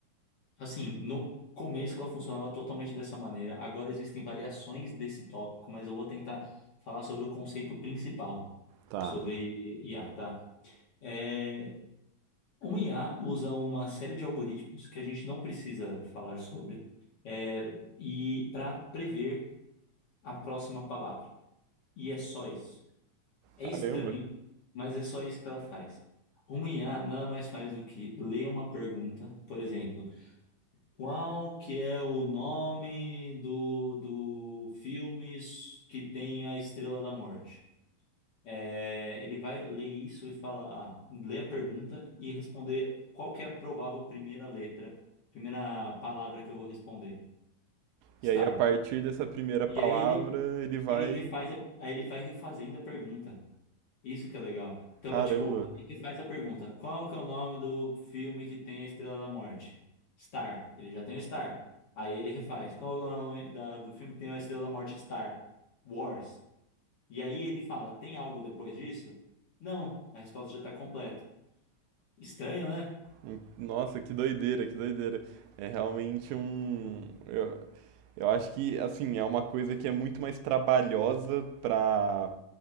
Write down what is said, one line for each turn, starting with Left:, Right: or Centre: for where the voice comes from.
Left: assim, no começo ela funcionava totalmente dessa maneira, agora existem variações desse tópico, mas eu vou tentar falar sobre o conceito principal
Right: Tá.
Left: sobre IA, tá? É, uma IA usa uma série de algoritmos que a gente não precisa falar sobre, é, e para prever a próxima palavra. E é só isso. É
Right: Caramba.
Left: estranho, mas é só isso que ela faz. Uma IA nada mais faz do que ler uma pergunta, por exemplo, qual que é o nome do, do filme que tem a Estrela da Morte? É, ele vai ler isso e falar, ah, ler a pergunta e responder qual que é a provável primeira letra, primeira palavra que eu vou responder. Star.
Right: E aí, a partir dessa primeira
Left: E
Right: palavra,
Left: aí ele,
Right: ele vai.
Left: ele refaz a, aí ele vai refazendo a pergunta. Isso que é legal. Então
Right: Caramba.
Left: é tipo, ele faz a pergunta: qual que é o nome do filme que tem a Estrela da Morte? Star. Ele já tem o Star. Aí ele refaz: qual é o nome da- do filme que tem a Estrela da Morte Star? Wars. E aí ele fala: tem algo depois disso? Não. A resposta já está completa. Estranho, né?
Right: Hum, Nossa, que doideira, que doideira. É realmente um. Eu, eu acho que, assim, é uma coisa que é muito mais trabalhosa para